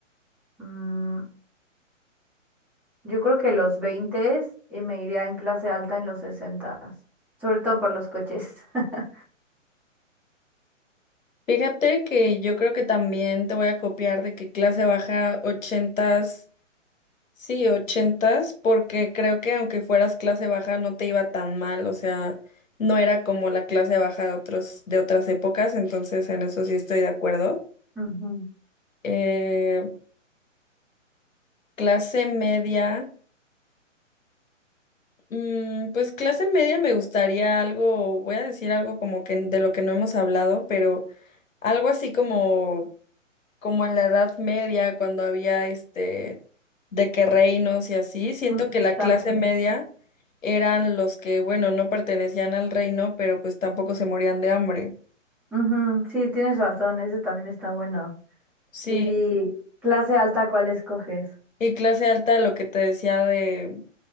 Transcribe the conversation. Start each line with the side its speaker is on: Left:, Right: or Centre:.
Centre: mm, yo creo que los veinte y me iría en clase alta en los 60 sobre todo por los coches. <laughs>
Left: Fíjate que yo creo que también te voy a copiar de que clase baja ochentas, sí, ochentas, porque creo que aunque fueras clase baja no te iba tan mal, o sea, no era como la clase baja de otros, de otras épocas, entonces en eso sí estoy de acuerdo.
Centre: Ujú,
Left: Eh, clase media, mm, pues clase media me gustaría algo, voy a decir algo como que de lo que no hemos hablado, pero algo así como como en la Edad Media, cuando había este de que reinos y así, siento
Centre: mm,
Left: que la
Centre: También.
Left: clase media eran los que, bueno, no pertenecían al reino, pero pues tampoco se morían de hambre.
Centre: Ujú, sí, tienes razón, ese también está bueno.
Left: Sí,
Centre: ¿Y clase alta cuál escoges?
Left: y clase alta, lo que te decía de,